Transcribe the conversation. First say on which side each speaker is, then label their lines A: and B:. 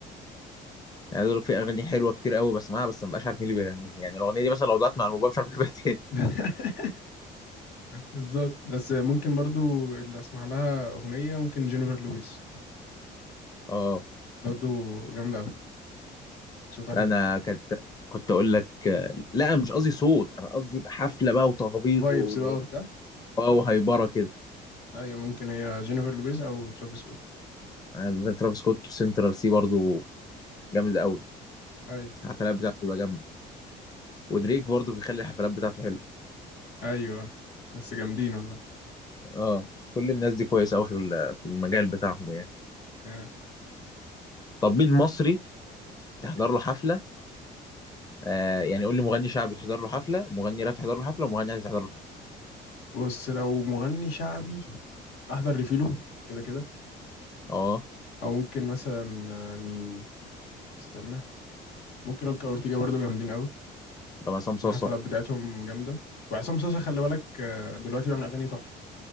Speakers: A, on the left (about 20°); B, on the left (about 75°).
A: يعني دول في اغاني حلوه كتير قوي بسمعها بس ما بقاش عارف مين اللي بيغنيها يعني الاغنيه دي مثلا لو ضاعت مع الموبايل مش عارف اجيبها تاني
B: <laughs> بالظبط بس ممكن برضو اللي اسمع لها اغنيه ممكن جينيفر لويس
A: اه
B: برضو جامده قوي صوتها حلو
A: انا كنت كنت اقول لك آه، لا مش قصدي صوت انا قصدي يبقى حفله بقى وتخبيط
B: فايبس
A: و...
B: بقى وبتاع
A: اه وهيبره كده
B: ايوه ممكن هي جينيفر لويس او ترافيس سكوت
A: انا بالنسبه لي ترافيس سكوت وسنترال سي برضو جامد قوي
B: ايوه
A: الحفلات بتاعته بتبقى جامده ودريك برضو بيخلي الحفلات بتاعته حلوه
B: ايوه بس جامدين والله
A: اه كل الناس دي كويسه قوي في ال- في المجال بتاعهم يعني
B: آه.
A: طب مين مصري تحضر له حفله آه يعني قول لي مغني شعبي تحضر له حفله مغني راب تحضر له حفله ومغني عادي تحضر له حفله
B: بص لو مغني شعبي احضر لفيلو كده كده
A: اه
B: او ممكن مثلا آه، مين استنى ممكن اوكا اورتيجا برضو جامدين قوي
A: طب عصام صاصه
B: الحفلات بتاعتهم جامدة وعصام صاصا خلي بالك آه، دلوقتي بيعمل أغاني تحفة